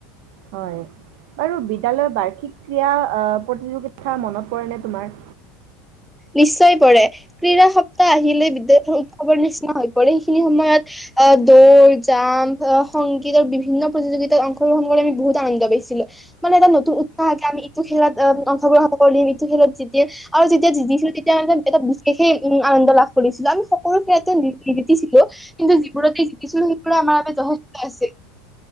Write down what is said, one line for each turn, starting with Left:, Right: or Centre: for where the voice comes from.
Right: হয় বাৰু বিদ্যালয় বাৰ্ষিক ক্ৰিয়া প্ৰতিযোগিতা মনত পৰেনে তোমাৰ।
Centre: নিশ্চয় পৰে ক্ৰীড়া সপ্তাহ আহিলে বিদ্যালয় উৎসৱৰ নিশ্চয়। হৈ পৰে সেইখিনি সময়ত আহ দৌৰ জাম্প, সংগীত আৰু বিভিন্ন প্ৰতিযোগিতাত অংশগ্ৰহণ কৰি আমি বহুত আনন্দ পাইছিলো মানে এটা নতুন উৎসাহে আমি ইটো খেলত অংশগ্ৰহণ কৰিম ইটো খেলত জিকিম আৰু যেতিয়া। তেতিয়া মানে এটা বিশেষে উম আনন্দ লাভ কৰিছিলো। আমি সকলো খেলতে জিকিছিলো, কিন্তু যিবোৰতে জিকিছিলো সেইবোৰে আমাৰ বাবে যথেষ্ট আছিল।